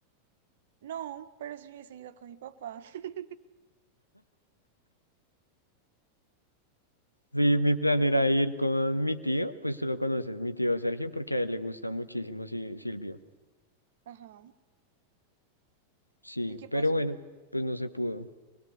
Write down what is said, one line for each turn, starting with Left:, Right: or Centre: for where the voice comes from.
Right: No, pero si hubiese ido con mi papá. <laughs>
Left: Sí, mi plan era ir con mi tío, pues tú lo conoces, mi tío Sergio, porque a él le gusta muchísimo Si- Silvio.
Right: Ajá.
Left: Sí,
Right: ¿Y qué
Left: pero
Right: pasó?
Left: bueno, pues no se pudo.